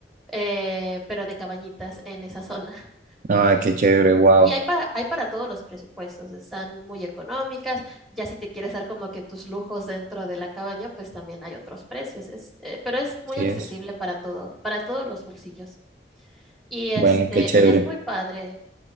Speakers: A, in the centre; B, on the right (about 45°).
A: Eh, pero de cabañitas en esa zona.
B: Ah, qué chévere, wow.
A: Y hay para, hay para todos los presupuestos, están muy económicas, ya si te quieres dar como que tus lujos dentro de la cabaña, pues también hay otros precios, es, eh, pero es muy
B: Sí
A: accesible
B: es.
A: para todo, para todos los bolsillos. Y este,
B: Bueno, qué chévere.
A: y es muy padre